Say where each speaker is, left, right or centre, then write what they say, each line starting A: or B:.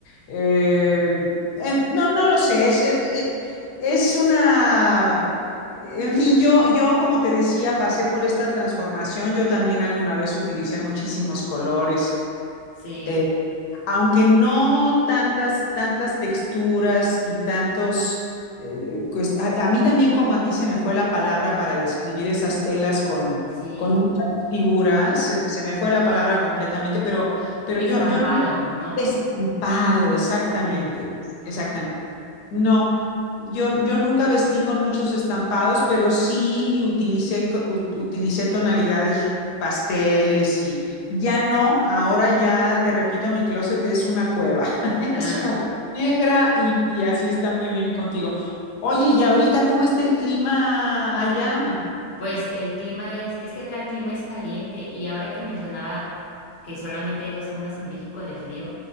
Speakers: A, on the left (about 75°); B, on the left (about 55°).
A: eh, eh, no, no lo sé, es, eh, eh, es una, en fin, yo, yo como te decía, pasé por esta transformación, yo también alguna vez utilicé muchísimos colores
B: Sí,
A: eh, aunque no tantas, tantas texturas y tantos, eh, cuest- a, a mí también como a ti se me fue la palabra para describir esas telas con,
B: sí.
A: con muchas figuras, se, se me fue la palabra completamente, pero, pero
B: Estampado,
A: yo, yo no
B: ¿no?
A: he estampado exactamente,
B: Sí. Ujú.
A: exactamente. No, yo, yo nunca vestí con muchos estampados, pero sí utilicé, co- u- utilicé tonalidades pasteles y ya no, ahora ya te repito, mi closet es una cueva, <laughs>
B: <laughs>
A: es una cueva negra y, y así está muy bien contigo. Oye, ¿y ahorita cómo está el clima allá?
B: Pues el clima es, es que acá el clima es caliente y ahora que mencionaba que solamente hay dos semanas en México de frío,